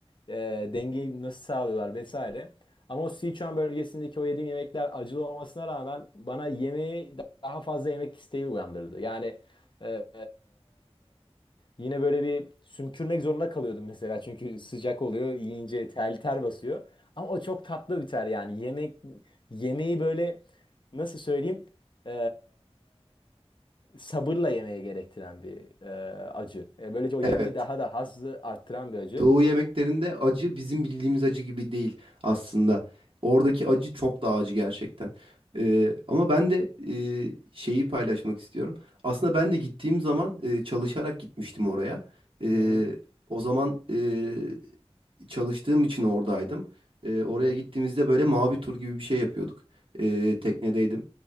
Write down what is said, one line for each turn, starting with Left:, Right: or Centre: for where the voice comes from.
Left: e, dengeyi nasıl sağlıyorlar vesaire. Ama o Sichuan bölgesindeki o yediğim yemekler acılı olmasına rağmen bana yemeği daha fazla yemek isteği uyandırdı. Yani ee, yine böyle bir sümkürmek zorunda kalıyordum mesela çünkü sıcak oluyor yiyince ter ter basıyor. Ama o çok tatlı bir ter yani yemek yemeği böyle nasıl söyleyeyim ee, sabırla yemeye gerektiren bir ee, acı. Ee, böylece o yemeği
Right: evet.
Left: daha da hazzı arttıran bir acı.
Right: Doğu yemeklerinde acı bizim bildiğimiz acı gibi değil aslında. Oradaki acı çok daha acı gerçekten. Ee, ama ben de e, şeyi paylaşmak istiyorum. Aslında ben de gittiğim zaman e, çalışarak gitmiştim oraya. Ee,
Left: Hı hı.
Right: o zaman e, çalıştığım için oradaydım. Ee, oraya
Left: Hı hı.
Right: gittiğimizde böyle mavi tur gibi bir şey yapıyorduk. Ee, teknedeydim.